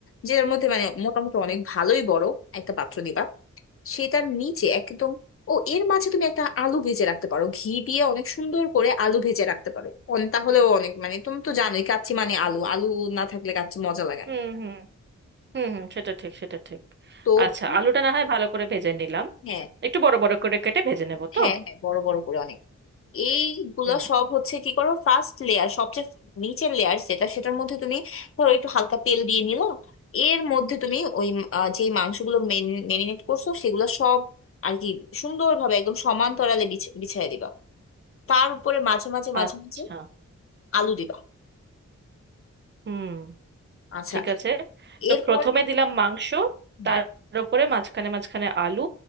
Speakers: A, on the left (about 50°); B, on the right (about 40°).
A: যেটার মধ্যে মানে মোটামুটি অনেক ভালোই বড় একটা পাত্র দিবা সেটার নিচে একদম ও এর মাঝে তুমি একটা আলু ভেজে রাখতে পারো ঘি দিয়ে অনেক সুন্দর করে আলু ভেজে রাখতে পারো অন- তাহলেও অনেক মানে তুমি তো জানোই কাচ্চি মানে আলু আলু না থাকলে কাচ্চি মজা লাগে
B: হুম
A: না
B: হুম হুম হুম সেটা ঠিক সেটা ঠিক
A: তো
B: আচ্ছা
A: তুমি
B: আলুটা না হয় ভালো করে ভেজে নিলাম
A: হ্যাঁ
B: একটু বড় বড় করে কেটে ভেজে নেব তো
A: হ্যাঁ হ্যাঁ বড় বড় করে অনেক এইগুলো
B: হুম
A: সব হচ্ছে কি করো ফার্স্ট লেয়ার সবচেয়ে নিচের লেয়ার যেটা সেটার মধ্যে তুমি ধরো একটু হালকা তেল দিয়ে নিলো এর মধ্যে তুমি ওই আহ, যে মাংসগুলো মেরিনেট করছো সেগুলো সব আর কি সুন্দরভাবে একদম সমান্তরালে বিছিয়ে দিবা তার উপরে মাঝে মাঝে মাঝে
B: আচ্ছা
A: মাঝে আলু দিবা
B: হুম
A: আচ্ছা
B: ঠিক আছে তো
A: এরপরে
B: প্রথমে দিলাম মাংস
A: হ্যাঁ
B: তার উপরে মাঝখানে মাঝখানে আলু